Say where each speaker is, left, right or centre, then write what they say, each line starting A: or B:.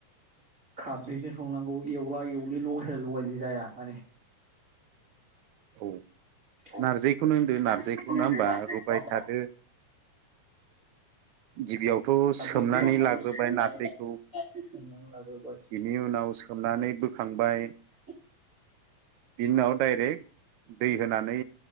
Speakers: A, on the right; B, on the right.
A: खारदैजों संनांगौ एवला एवलि लगायला लगायलि जाया माने
B: औ
A: औ
B: नार्जिखौनो होनदो
A: नारजिखौनो
B: नार्जिखौ नङा
A: होनदो
B: होमबा
A: नारजिखौ
B: रुबाय
A: नङा होमबा
B: थादो। गिबियावथ' सोमनानै
A: दैयावथ'
B: लाग्रोबाय
A: सोमनानै
B: नारजिखौ
A: सोमनानै लाग्रोबाय
B: बिनि उनाव सोमनानै बोखांबाय।
A: <inaudible>
B: बिनि उनाव
A: ओ
B: डाइरेक्ट दै होनानै